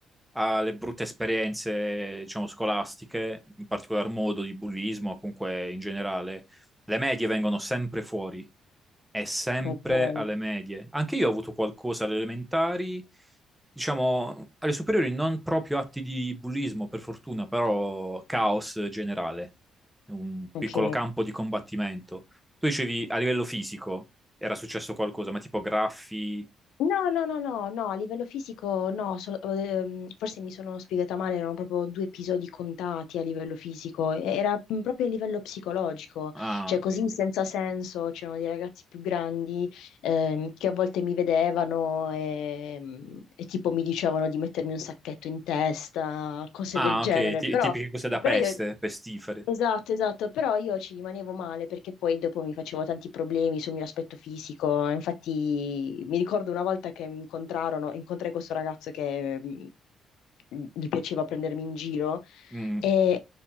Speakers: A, in the centre; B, on the left.
A: alle brutte esperienze, diciamo, scolastiche, in particolar modo di bullismo, o comunque in generale, le medie vengono sempre fuori. è sempre
B: Ok,
A: alle medie. Anche io ho avuto qualcosa alle elementari, diciamo, alle superiori non proprio atti di bullismo, per fortuna, però caos generale, un
B: ok.
A: piccolo campo di combattimento. Tu dicevi a livello fisico era successo qualcosa, ma tipo graffi...
B: No, no, no, no, no, a livello fisico no, so- ehm, forse mi sono spiegata male, erano proprio due episodi contati a livello fisico, e- era mm, proprio a livello psicologico,
A: Ah,
B: cioè così
A: ok.
B: senza
A: ok.
B: senso, c'erano dei ragazzi più grandi ehm, che a volte mi vedevano e, mm, e tipo mi dicevano di mettermi un sacchetto in testa, cose
A: Ah,
B: del genere,
A: ok, ti-
B: però,
A: tipiche cose da
B: però
A: peste,
B: io...
A: pestifere.
B: Esatto, esatto, però io ci rimanevo male perché poi dopo mi facevo tanti problemi sul mio aspetto fisico. Infatti mi ricordo una volta che mi incontrarono, incontrai questo ragazzo che mm, gli piaceva prendermi in giro
A: Mm,
B: e